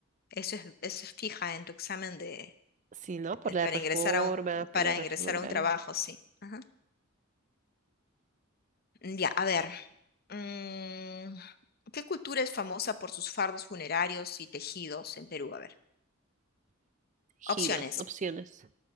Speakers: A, on the left (about 50°); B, on the right (about 40°).
A: eso es, eso es fija en tu examen de,
B: Sí, ¿no? Por
A: eh,
B: la
A: para
B: reforma,
A: ingresar a un,
B: por
A: para
B: la reforma
A: ingresar
B: agraria.
A: a un trabajo, sí. Ajá. Ya, a ver, mm, ¿qué cultura es famosa por sus fardos funerarios y tejidos en Perú? A ver,
B: Ejidos,
A: opciones.
B: opciones.